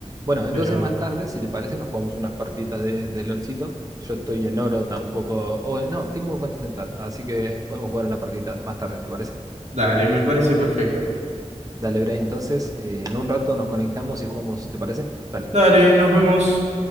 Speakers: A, on the right; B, on the right.
A: Bueno, entonces
B: pero
A: más tarde, si te parece, nos jugamos unas partitas de, de LOLcito. Yo estoy en oro tampoco, o no, tengo cuentas en plata, así que podemos jugar una partita más tarde, ¿te parece?
B: dale, me parece perfecto.
A: Dale, Bray, entonces eh, en un rato nos conectamos y jugamos, ¿te parece? Dale.
B: Dale, nos vemos.